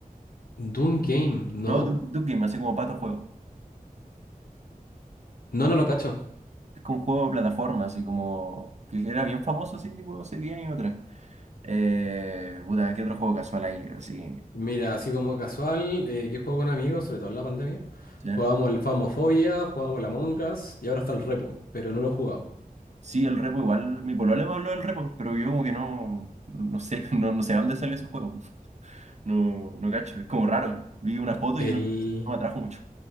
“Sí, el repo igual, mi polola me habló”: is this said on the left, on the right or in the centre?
Right